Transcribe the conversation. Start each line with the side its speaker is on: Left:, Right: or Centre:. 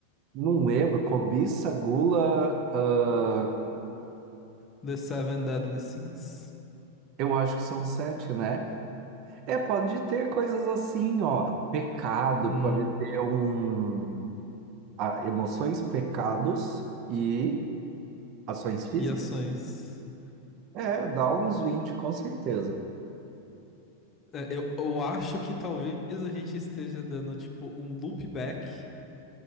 Right: Não lembro. Cobiça, gula. ah,
Left: The Seven Deadly Sins.
Right: eu acho que são sete, né? É, pode ter coisas assim, ó. Pecado,
Left: Hum,
Right: pode ter um. ah, emoções, pecados e ações físicas.
Left: e ações.
Right: É, dá uns 20 com certeza.
Left: É, Eu, eu acho que talvez a gente esteja dando, tipo, um loopback